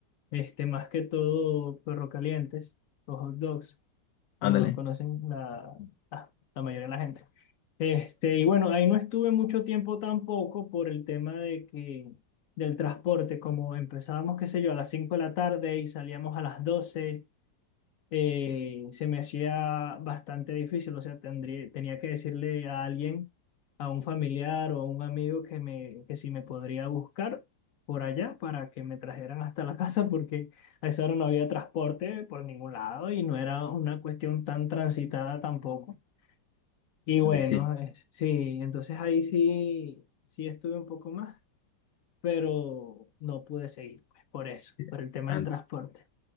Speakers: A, on the left; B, on the left.
A: este, más que todo perro calientes, o hot dogs. como
B: <laughs> Ándale,
A: los conocen la, la, la mayoría de la gente. Este, y bueno, ahí no estuve mucho tiempo tampoco por el tema de que del transporte, como empezábamos, qué sé yo, a las 5 de la tarde y salíamos a las doce eh, se me hacía bastante difícil, o sea, tendría, tenía que decirle a alguien, a un familiar o a un amigo que, me, que si me podría buscar por allá para que me trajeran hasta la <laughs> casa, porque a esa hora no había transporte por ningún lado y no era una cuestión tan transitada tampoco. Y bueno,
B: ándale, sí.
A: es- sí, entonces ahí sí, sí estuve un poco más, pero no pude seguir, pues por eso,
B: Sí,
A: por el tema
B: án-
A: del transporte.